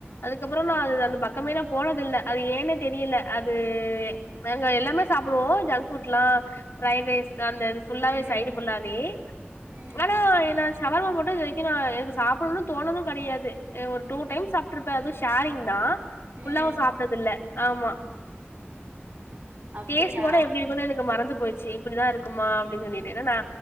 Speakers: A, on the left; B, on the right.
A: அதுக்கப்புறோ நா அது அந்த பக்கமே நா போனதில்ல அது ஏன்னே தெரியல அது நாங்க எல்லாமே சாப்பிடுவோம் ஜங்க் ஃபுட்ல்லாம் ஃப்ரைட் ரைஸ் அந்த இது ஃபுல்லாவே
B: ம்
A: சைடு ஃபுல்லாவே
B: ம்
A: ஆனா நா சவர்மா மட்டு இது வரைக்கு நா எனக்கு சாப்டணு தோண்ணது கெடையாது அ ஒரு டூ
B: ம்
A: டைம்ஸ் சாப் ருப்ப அது ஷேரிங்தா ஃபுல்லாவு
B: ம்
A: சாப்ட்டது இல்ல ஆமா
B: அப்டியா
A: டேஸ்ட்டு கூட எப்டி இருக்குன்னு எனக்கு மறந்து போய்ச்சு இப்டிதா இருக்குமா அப்பிடின் சொல்லிட்டு ஏன்னா